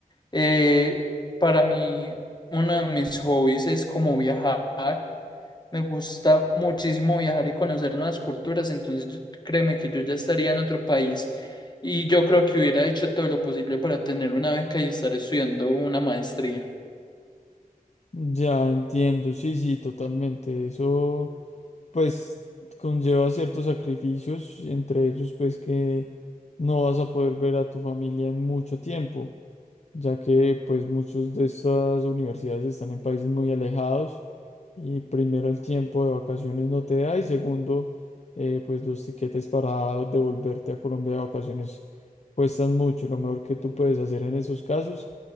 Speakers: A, on the left (about 30°); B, on the left (about 50°).
A: eh, para mí uno de mis hobbies es como viajar. Me gusta muchísimo viajar y conocer nuevas culturas, entonces yo- créeme que yo ya estaría en otro país y yo creo que hubiera hecho todo lo posible para tener una beca y estar estudiando una maestría.
B: Ya entiendo, sí, sí, totalmente. Eso, pues, conlleva ciertos sacrificios, entre ellos, pues, que no vas a poder ver a tu familia en mucho tiempo. ya que pues muchos de estas universidades están en países muy alejados y primero el tiempo de vacaciones no te da y segundo eh, pues los tiquetes para devolverte a Colombia de vacaciones cuestan mucho. Lo mejor que tú puedes hacer en esos casos